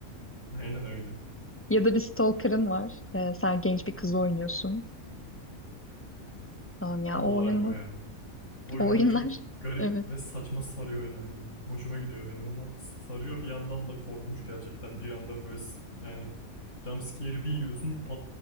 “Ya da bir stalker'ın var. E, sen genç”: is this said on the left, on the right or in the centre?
Left